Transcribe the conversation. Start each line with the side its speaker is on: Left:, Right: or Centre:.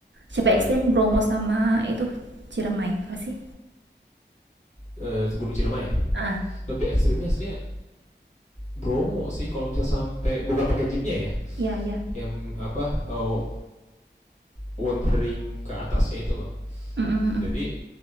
Right: Siapa
Left: nah
Right: ekstrim
Left: ta-
Right: Bromo
Left: pa-
Right: sama itu Ciremai apa sih?
Left: eh, Gunung Ciremai
Right: Ah,
Left: lebih ekstrimnya aslinya Bromo sih kalau misalnya sampai bukan pakai jeepnya ya
Right: Iya, iya.
Left: yang apa eh, wandering ke atasnya itu loh
Right: Mm-mm,
Left: jadi